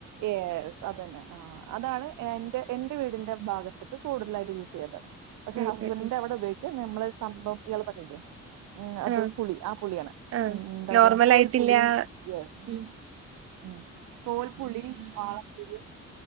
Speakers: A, on the right; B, on the right.
A: യസ് അതന്നെ ആഹ് അതാണ് എന്റെ എന്റെ വീടിന്റെ ഭാഗത്തക്ക് കൂടുതലായിട്ട് യൂസ് ചെയ്തത് പക്ഷെ
B: ഉം
A: ഹസ്ബൻഡന്റെ
B: ഉം ഉം
A: അവിടെ ഉപയോഗിക്ക <unintelligible> നമ്മള് സംഭവം <unintelligible> ഉം അത്
B: ആഹ്
A: പുളി ആ പുളിയാണ്
B: ആഹ്
A: ഉ ന്താ
B: നോർമൽ
A: പറയാ കോൽപുളി
B: ആയിട്ടില്ല
A: യെസ്
B: ഉം
A: ഉം കോൽപുളി വാളപ്പുളി